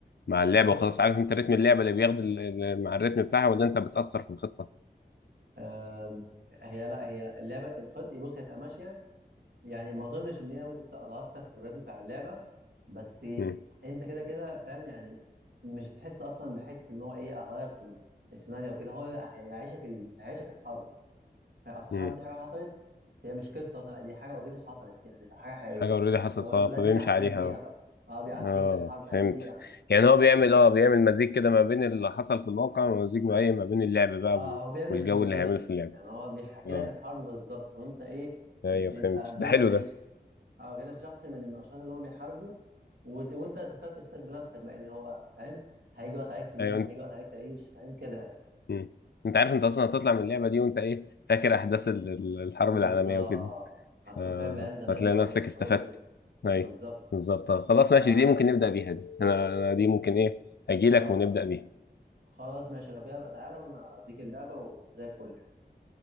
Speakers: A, on the left; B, on the right.
A: مع اللعبة
B: بص
A: وخلاص عارف انت رتم اللعبة اللي بياخد ال- ال- مع الرتم بتاعها ولا انت بتأثر في الخطة؟
B: آم، هي لا هي اللعبه الخط بص هي تبقى ماشيه يعني ما اظنش ان هي ممكن تتاثر في الريتم بتاع اللعبه بس
A: مم.
B: انت كده كده فاهم يعني مش هتحس اصلا بحته ان هو ايه اغير في ال- السيناريو وكده هو هيعيشك ال... هيعيشك الحرب يعني اصل
A: مم.
B: الحرب دي حاجه حصلت هي مش قصه مثلا لا دي حاجه اوريدي حصلت يعني في حاجه حقيقيه
A: حاجة اوريدي حصلت
B: هو
A: ف-
B: لازم
A: فبيمشي
B: يعديك
A: عليها
B: بيها
A: اه
B: بقى اه بيعديك
A: اه
B: بالحرب
A: فهمت
B: بقى ايه يعني
A: يعني
B: ايه
A: هو
B: اللي
A: بيعمل
B: حصل بالظبط
A: اه بيعمل مزيج كده ما بين اللي حصل في الواقع ومزيج ما ايه ما بين اللعب بقى
B: اه
A: وال-
B: هو بيعمل
A: والجو
B: سيميوليشن
A: اللي هيعمله في اللعبة
B: يعني هو بيحكي
A: اه
B: لك الحرب بالظبط وانت ايه
A: ايوه
B: بيبقى
A: فهمت
B: دورك
A: ده حلو
B: زي
A: ده
B: ش- اه كانك شخص من الاشخاص اللي هم بيحاربوا وت- وانت تختار قصتك بنفسك بقى يعني هو فاهم هيجي وقت عليك تموت
A: ايوه انت
B: هيجي وقت عليك تعيش فاهم كده يعني
A: مم. انت عارف انت اصلا هتطلع من اللعبة دي وانت ايه فاكر احداث ال- ال- الحرب
B: بالظبط
A: العالمية وكده
B: هتفكرك
A: آه،
B: بأيام زمان
A: هتلاقي
B: بقى
A: نفسك
B: والحروب
A: استفدت
B: وكده
A: اي
B: بالظبط
A: بالظبط آه، خلاص
B: فا
A: ماشي دي ممكن نبدأ بيها دي انا أنا دي ممكن ايه اجي لك
B: اه
A: ونبدأ بيها
B: خلاص ماشي لو كده بقى تعالى وانا اديك اللعبة وزي الفل يعني